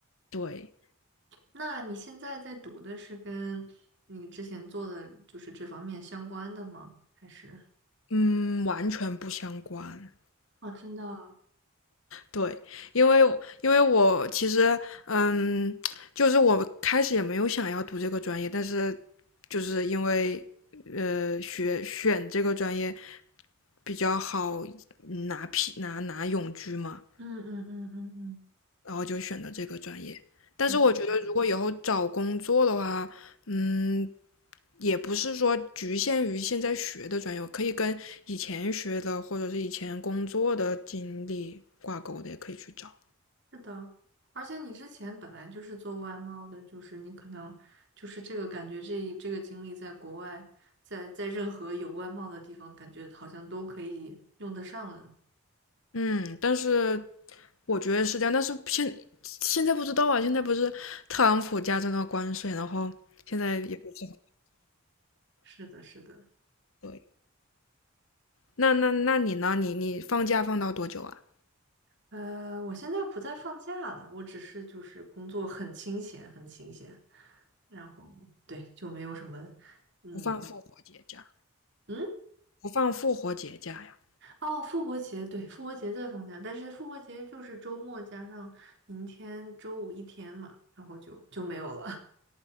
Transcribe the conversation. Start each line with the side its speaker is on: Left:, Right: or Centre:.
Left: 对，
Right: 那你现在在读的是跟你之前做的就是这方面相关的吗？还是？
Left: 嗯，完全不相关。
Right: 哦，真的
Left: 对，因为因为我其实，嗯，就是我开始也没有想要读这个专业，但是就是因为呃学选这个专业比较好拿批拿拿永居嘛，
Right: 嗯嗯嗯嗯嗯嗯，
Left: 然后就选了这个专业。但是我觉得如果以后找工作的话，
Right: 明白
Left: 嗯，也不是说局限于现在学的专业，我可以跟以前学的或者是以前工作的经历挂钩的，也可以去找。
Right: 是的，而且你之前本来就是做外贸的，就是你可能就是这个感觉这一，这个经历在国外，在在任何有外贸的地方，感觉好像都可以用得上了。
Left: 嗯，但是我觉得是这样，但是现现在不知道啊，现在不是特朗普加征了关税，然后现在也不知道。
Right: 是的，是的。
Left: 对，那那那你呢？你你放假放到多久啊？
Right: 呃，我现在不再放假了，我只是就是工作很清闲，很清闲，然后对，就没有什么，嗯
Left: 不放复活节假，
Right: 嗯，
Left: 不放复活节假呀？
Right: 哦，复活节，对，复活节在放假，但是复活节就是周末加上明天周五一天嘛，然后就就没有了。